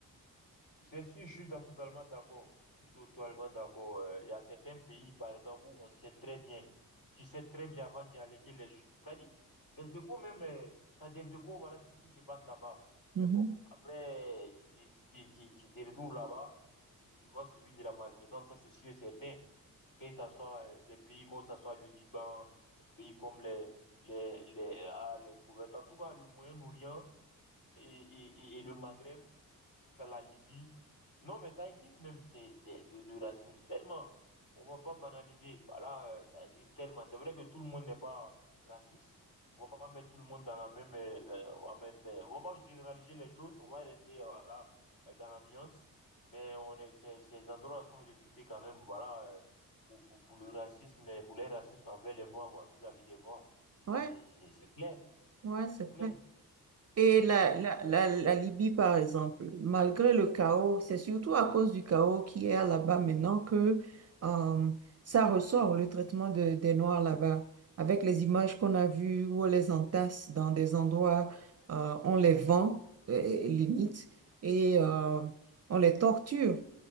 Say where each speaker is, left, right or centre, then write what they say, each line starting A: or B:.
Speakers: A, on the left (about 60°); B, on the right (about 40°).
A: C'est sûr, je suis da- totalement d'accord. Je suis totalement d'accord. Euh, Il y a certains pays, par exemple, où on sait très bien. Tu sais très bien avant d'y aller que les... ch- T'as dit, les échos même, tu as des échos, voilà, de ce qui se passe là-bas.
B: Mhm.
A: Mais bon, après, tu, tu, tu, tu, tu, tu te retrouves là-bas, tu, sais, tu vas subir de la maltraitance, ça c'est sûr et certain. Que ce soit euh, des pays comme ça soit le Liban, des pays comme les, les, les, ah, les Koweït, en tout cas le Moyen-Orient. et, et, et, et le Maghreb, quitte à la Libye. Non, mais ça existe même, c'est, c'est le, le racisme, tellement. On va pas banaliser. Voilà, euh, ça existe tellement. C'est vrai que tout le monde n'est pas raciste. On va pas mettre tout le monde dans la même. euh, euh, on va mettre, euh, on va pas généraliser les choses. On va rester euh, voilà, euh, dans la nuance. Mais on est, ces, ces endroits sont réputés quand même, voilà, euh, pour, pour, pour le racisme, et pour les racistes envers les Noirs, quoi, vis-à-vis des Noirs. Et ça,
B: Ouais,
A: c'est, c'est, c'est clair.
B: ouais, c'est
A: C'est clair.
B: ça. Et la, la, la, la Libye, par exemple, malgré le chaos, c'est surtout à cause du chaos qui est là-bas maintenant que euh, ça ressort, le traitement de- des Noirs là-bas. Avec les images qu'on a vues où on les entasse dans des endroits, euh, on les vend, euh, limite, et euh, on les torture.